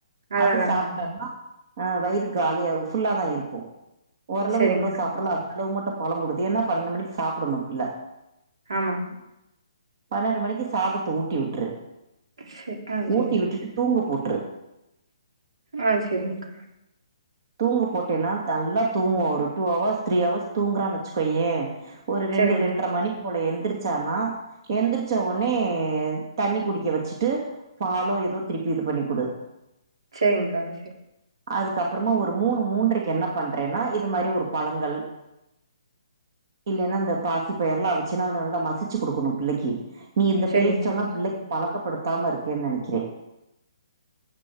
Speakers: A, on the right; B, on the right.
A: அதா
B: அது
A: அதாங்க்கா
B: சாப்டன்னா ஆ வயிறு காலியா ஃபுல்லா தா இருக்கு ஓரளவு
A: செரிங்க்கா
B: எவ்ளோ சாப்பிறாலோ அந்த அளவு மட்டு பழ கொடுத்து ஏன்னா பன்னெண்டு மணிக்கு சாப்பிடணு பிள்ள
A: ஆமாங்
B: பன்னெண்டு மணிக்கு சாதத்த ஊட்டி விட்ரு
A: செ ஆ செரி
B: ஊட்டி விட்டுட்டு தூங்கபோற்று
A: ஆ செரிங்கக்கா
B: தூங்க போட்டேன்னா நல்லா தூங்குவா ஒரு டூ அவர்ஸ் த்ரீ அவர்ஸ் தூங்குறானு வச்சுக்கோயே ஒரு ரெண்டு
A: செரிங்க்கா
B: ரெண்டர மணி போல எந்திரிச்சானா எந்திரிச்ச ஒட்னே தண்ணி குடிக்க வச்சுட்டு பாலோ ஏதோ திருப்பி இது பண்ணிக்குடு
A: சேரிங்க்கா செரி
B: அதுக்கப்றமா ஒரு மூணு மூன்றைக்கு என்ன பண்றேன்னா இது மாரி ஒரு பழங்கள் இல்லைன்னா இந்த பாசி பயர்லா அவுச்சேன்னா அது நல்லா மசிச்சு குடுக்கணு பிள்ளைக்கு நீ இந்த
A: செரிங்
B: டேஸ்ட்டெல்லா
A: செரிங்
B: பிள்ளைக்கு பழக்கப்படுத்தாம இருக்கேன்னு நெனைக்கிறே